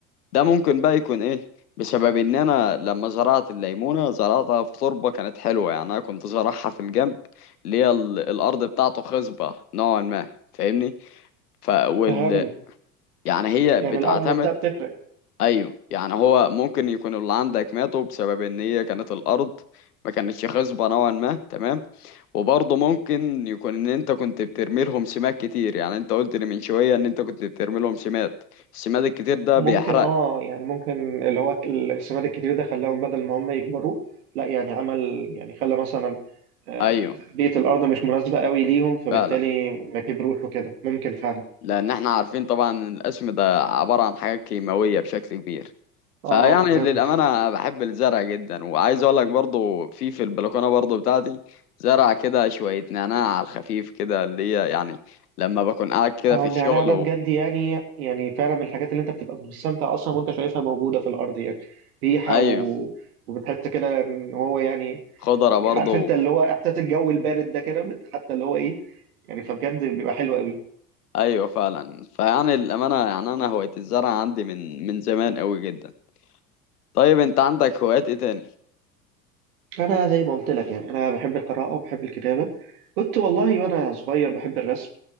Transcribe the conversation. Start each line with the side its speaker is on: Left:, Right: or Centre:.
Left: ده ممكن بقى يكون ايه بسبب ان انا لما زرعت الليمونه زرعتها في تربه كانت حلوه يعني انا كنت زرعها في الجنب اللي هي ال- الارض بتاعته خصبه نوعا ما فاهمني ف وال
Right: فهمت
Left: يعني هي
Right: يعني
Left: بتعتمد
Right: الارض نفسها بتفرق
Left: ايوه يعني هو ممكن يكون اللي عندك ماتوا بسبب ان هي كانت الارض ما كانتش خصبه نوعا ما تمام وبرضه ممكن يكون ان انت كنت بترمي لهم سماد كتير يعني انت قلت لي من شويه ان انت كنت بترمي لهم سماد السماد الكتير ده
Right: ممكن
Left: بيحرق
Right: اه يعني ممكن اللي هو السماد الكتير ده خلاهم بدل ما هم يكبروا لا يعني عمل يعني خلى مثلا آه،
Left: ايوه
Right: بيئة الارض مش مناسبة قوي ليهم فبالتالي
Left: فعلا
Right: ما كبروش وكده ممكن فعلا
Left: لان احنا عارفين طبعا إن القسم ده عبارة عن حاجات كيماوية بشكل كبير فيعني
Right: اه فهمت
Left: للأمانة بحب الزرع جدا وعايز اقول لك برضو في في البلكونة برضو بتاعتي زرع كده شوية نعناع على الخفيف كده اللي هي يعني لما بكون قاعد كده
Right: اه
Left: في الشغل
Right: النعناع ده
Left: و...
Right: بجد يعني يعني فعلا من الحاجات اللي انت بتبقى مستمتع اصلا وانت شايفها موجودة في الارض يعني ريحة
Left: ايوه
Right: و... وبتحس كده ان هو يعني
Left: خضرة
Right: يعني
Left: برضو
Right: عارف انت اللي هو احساس الجو البارد ده كده حتى اللي هو ايه يعني فبجد بيبقى حلو قوي
Left: ايوه فعلا فيعني للأمانة يعني انا هواية الزرع عندي من من زمان قوي جدا طيب انت عندك هوايات ايه تاني
Right: انا زي ما قلت لك يعني انا بحب القراءه وبحب الكتابه كنت والله وانا صغير بحب الرسم